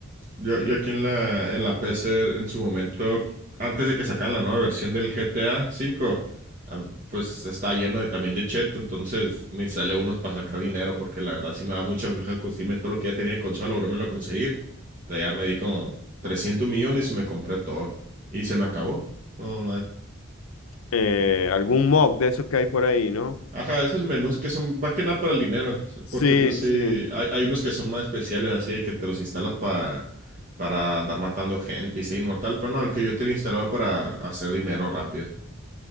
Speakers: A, on the right (about 40°); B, on the left (about 85°).
A: Yo,
B: sí.
A: yo aquí en la, en la PC en su momento, antes de que sacaran la nueva versión del GTA V, ah, pues estaba lleno de, también de cheto, entonces me instalé unos para sacar dinero, porque la verdad sí me daba mucha floja conseguirme todo lo que ya tenía en consola, ahora me lo conseguir. Entonces ya me di como 300 millones y me compré todo. Y se me acabó. No
B: Eh, algún mob de esos que hay por ahí, ¿no?
A: Ajá, esos menús que son más que nada para el dinero, o sea,
B: Sí,
A: porque pues sí,
B: sí.
A: hay, hay unos que son más especiales, así de que te los instalas para, para andar matando gente y ser inmortal, pero no, el que yo tenía instalado para hacer dinero rápido.